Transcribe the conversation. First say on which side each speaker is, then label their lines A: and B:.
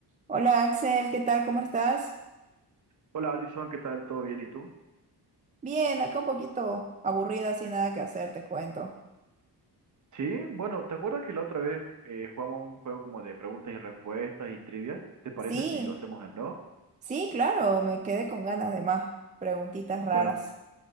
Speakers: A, on the right; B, on the right.
A: Hola Axel, ¿qué tal? ¿Cómo estás?
B: Hola Alison, ¿qué tal? ¿Todo bien? ¿Y tú?
A: Bien, acá un poquito aburrida, sin nada que hacer, te cuento.
B: Sí, bueno, ¿te acuerdas que la otra vez eh, jugamos un juego como de preguntas y respuestas y trivia? ¿Te parece
A: Sí,
B: si lo hacemos de nuevo?
A: sí, claro, me quedé con ganas de más preguntitas raras.
B: Bueno,